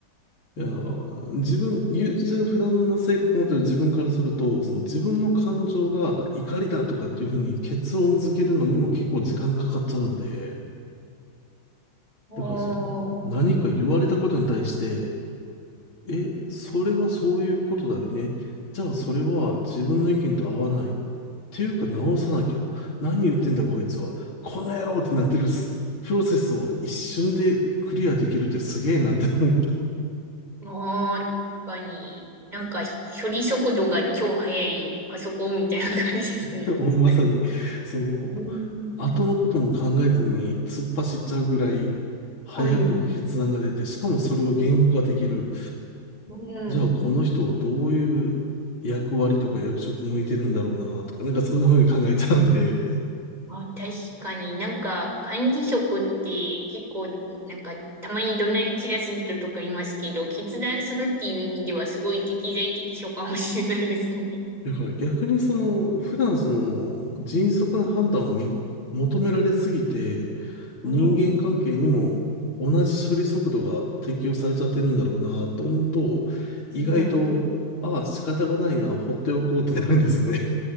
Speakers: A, on the left (about 85°); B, on the right (about 20°).
A: いや、自分、ゆ普段の性格を持ってる自分からすると、その自分の感情が怒りだとかっていうふうに結論付けるのにも結構時間かかっちゃうので、
B: おー、
A: だからその何か言われたことに対して、え、それはそういうことだよね。じゃあそれは自分の意見と合わない。ていうか直さなきゃ。何言ってんだこいつは。この野郎ってなってるすプロセスを一瞬でクリアできるってすげえなって思っ
B: あー、確かに。なんか、処理速度が超速いパソコンみたいな感じですね。
A: て、<laughs> もうまさに、
B: 確かに。
A: その、
B: うん、
A: 後のことも考えずに突っ走っちゃうぐらい早く決断が出て、
B: はい。
A: しかもそれを言語化できる。
B: う
A: じゃあこの人をどういう役割とか役職向いてるんだろうなとか、
B: ん。
A: なんかそういうふうに考えちゃうんで、
B: あ、確かになんか、管理職って結構、なんか、たまに怒鳴り散らす人とかいますけど、決断するっていう意味ではすごい適材適所かもしれないですね。
A: だから逆にその、普段その、迅速な判断をみ求められすぎて、
B: うん、
A: 人間関係にも同じ処理速度が適用されちゃってるんだろうなと思うと、意外と、
B: うん。
A: ああ、仕方がないな、放っておこうってなるんですよね。